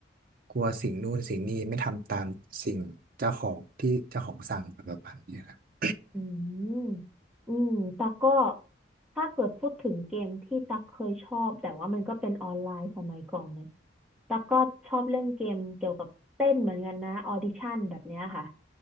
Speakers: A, on the right (about 50°); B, in the centre.
A: กลัวสิ่งนู่นสิ่งนี้ไม่ทำตามสิ่งเจ้าของที่เจ้าของสั่งอะไรประมาณเนี้ยนะ
B: อืมอืมตักก็ถ้าเกิดพูดถึงเกมที่ตักเคยชอบแต่ว่ามันก็เป็นออนไลน์สมัยก่อนเนี่ยตักก็ชอบเล่นเกมเกี่ยวกับเต้นเหมือนกันนะออดิชั่นแบบเนี้ยค่ะ